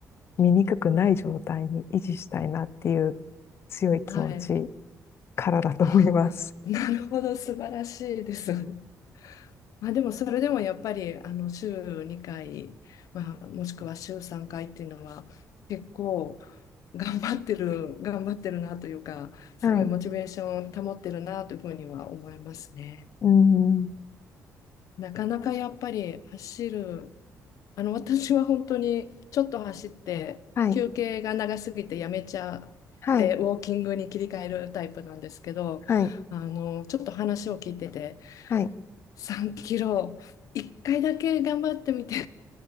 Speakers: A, on the left; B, on the left.
A: 醜くない状態に維持したいなっていう強い気持ち
B: はい。
A: からだと思います。
B: あ、なるほど、素晴らしいですね。まあ、でもそれでもやっぱりあの週2回、まあ、もしくは週3回っていうのは結構頑張ってる頑張ってるなというかすごいモチベーション保ってるなというふうには思いますね。
A: はい。うん。
B: なかなかやっぱり走るあの私は本当にちょっと走って休憩が長すぎてやめちゃってウォーキングに切り替えるタイプなんですけどあのちょっと話を聞いてて
A: はい。はい。はい。はい。
B: 3キロ1回だけ頑張ってみて